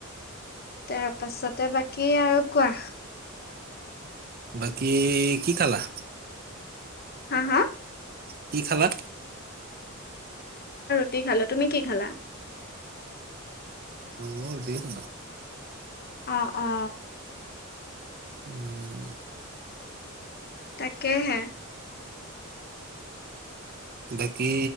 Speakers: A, on the left (about 45°); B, on the right (about 45°).
A: তাৰ পাছতে, বাকী আৰু কোৱা।
B: বাকী কি খালা?
A: হা, হা
B: কি খালা?
A: ৰুতি খালো, তুমি কি খালা?
B: মোৰ ধেৰ খানা
A: অ, অ।
B: উম।
A: তাকেহে
B: বাকী